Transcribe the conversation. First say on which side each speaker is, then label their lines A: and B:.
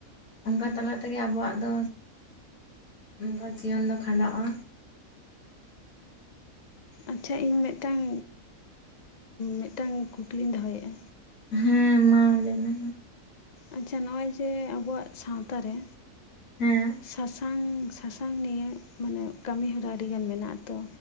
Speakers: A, on the left; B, on the left.
A: ᱚᱱᱠᱟ
B: ᱦᱮᱸ
A: ᱛᱟᱞᱟ ᱛᱮᱜᱮ ᱟᱵᱚᱣᱟᱜ ᱫᱚ ᱚᱱᱠᱟ ᱡᱤᱭᱚᱱ ᱫᱚ ᱠᱷᱟᱸᱰᱟᱣᱼᱟ
B: ᱟᱪᱪᱷᱟ ᱤᱧ ᱢᱤᱫᱴᱟᱝ ᱢᱤᱫᱴᱟᱝ ᱠᱩᱠᱞᱤᱧ ᱫᱚᱦᱚᱭᱮᱜ-ᱟ,
A: ᱦᱮᱸ ᱢᱟ ᱞᱟᱹᱭ ᱢᱮ
B: ᱟᱪᱪᱷᱟ ᱱᱚᱜ-ᱚᱭ ᱡᱮ ᱟᱵᱩᱣᱟᱜ ᱥᱟᱶᱛᱟ ᱨᱮ
A: ᱦᱮᱸ
B: ᱥᱟᱥᱟᱝ ᱥᱟᱥᱟᱝ ᱱᱤᱭᱮ ᱢᱟᱱᱮ ᱠᱟᱹᱢᱤ ᱦᱚᱨᱟ ᱟᱹᱰᱤ ᱜᱟᱱ ᱢᱮᱱᱟᱜᱼᱟ ᱛᱚ